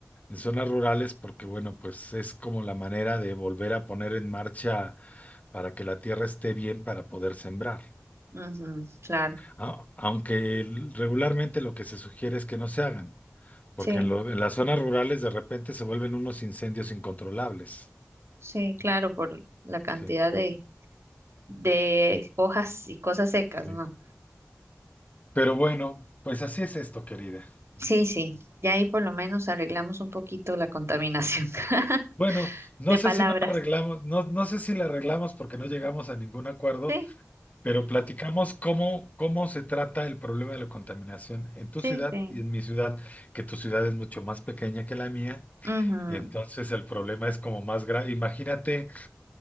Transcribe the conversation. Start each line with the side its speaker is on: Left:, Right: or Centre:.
Left: En zonas rurales, porque bueno, pues es como la manera de volver a poner en marcha para que la tierra esté bien para poder sembrar.
Right: ujú, claro.
Left: A- aunque el- regularmente lo que se sugiere es que no se hagan. Porque
Right: Sí,
Left: en, lo- en las zonas rurales de repente se vuelven unos incendios incontrolables.
Right: sí, claro, por la cantidad
Left: Sí,
Right: de, de hojas y cosas secas,
Left: sí.
Right: ¿no?
Left: Pero bueno, pues así es esto, querida.
Right: Sí, sí, ya ahí por lo menos arreglamos un poquito la contaminación <laughs>
Left: Bueno, no
Right: de
Left: sé
Right: palabras.
Left: si no la arreglamos, no, no sé si la arreglamos porque no llegamos a ningún acuerdo,
Right: Sí,
Left: pero platicamos cómo, cómo se trata el problema de la contaminación en tu
Right: sí,
Left: ciudad
Right: sí.
Left: y en mi ciudad, que tu ciudad es mucho más pequeña que la mía,
Right: ujú,
Left: y entonces el problema es como más grave. Imagínate.